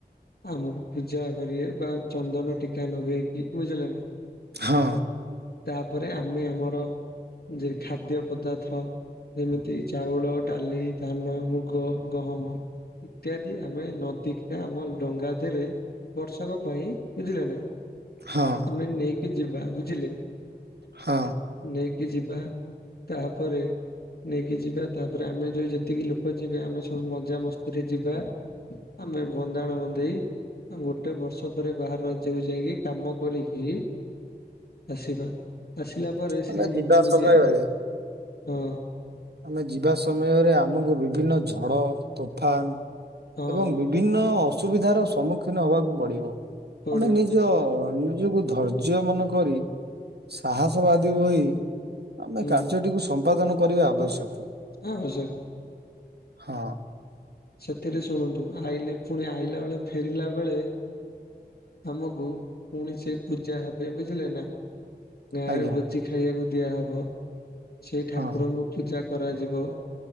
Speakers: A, on the left; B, on the right.
A: ଆମକୁ ପୂଜା କରିବେ ବା ଚନ୍ଦନ ଟିକା ଲଗେଇକି ବୁଝିଲେ ନା ।
B: ହଁ।
A: ତାପରେ ଆମେ ଆମର ଯ ଖାଦ୍ୟ ପଦାର୍ଥ ଯେମିତି ଚାଉଳ, ଡାଲି, ଧାନ, ମୁଗ, ଗହମ ଇତ୍ୟାଦି ଆମେ ନଦୀ କିନା ଆମର ଡଙ୍ଗା ରେ ବର୍ଷକ ପାଇଁ ବୁଝିଲେ ନା
B: ହଁ
A: ଆମେ ନେଇ କିଯିବା ବୁଝିଲେ।
B: ହଁ।
A: ନେଇକି ଯିବା ତାପରେ ନେଇକି ଯିବା ତାପରେ ଆମେ ଯୋଉ ଯେତିକି ଲୋକ ଯିବେ ଆମେ ସବୁ ମଜା ମସ୍ତିରେ ଯିବା। ଆମେ ଭନ୍ଦାଣ ବନ୍ଦେଇ ଗୋଟେ ବର୍ଷ ପରେ ବାହାର ରାଜ୍ୟକୁୁ ଯାଇକି କାମ କରିକି ଆସିବା ଆସିଲା ପରେ
B: ଆମେ
A: ସେତି
B: ଯିବା
A: ପୁଣି
B: ସମୟରେ
A: ଯେ ହ।
B: ଆମେ ଯିବା ସମୟରେ ଆମକୁ ବିଭିନ୍ନ ଝଡ଼, ତୋଫାନ
A: ହଁ
B: ଏବଂ ବିଭି ନିଜକୁ
A: ପଡିବ
B: ଧୈର୍ଯ୍ୟ ମନେ କରି ସାହସ ବାଦୀ ବହି ଆମେ
A: ହୁଁ
B: କାର୍ଯ୍ୟଟିକୁ ସମ୍ପାଦନ କରିବା ଆବଶ୍ୟକ।
A: ହଁ, ଭଲସେ କ?
B: ହଁ।
A: ସେଥିରେ ଶୁଣନ୍ତୁ ଆଇଲେ ପୁଣି ଆଇଲା ବେଳେ ଫେରିଲା ବେଳେ ଆମକୁ ପୁଣି ସେ ପୂଜା ହେବେ ବୁଝିଲେ ନା। ଗାଁରେ
B: ଆଜ୍ଞା
A: ଭୋଜି ଖାଇବାକୁ ଦିଆହବ ସେଇ ଠାକୁରଙ୍କୁ
B: ହଁ
A: କରାଯିବ